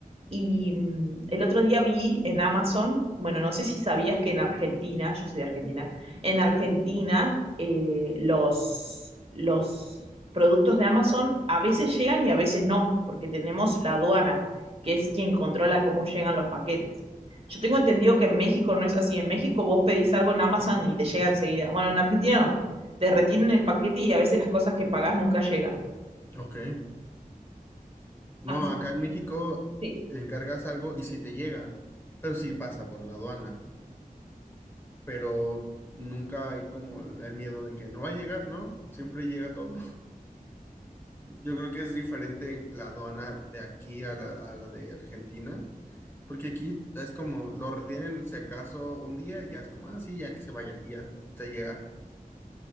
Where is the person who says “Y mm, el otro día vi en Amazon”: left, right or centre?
Right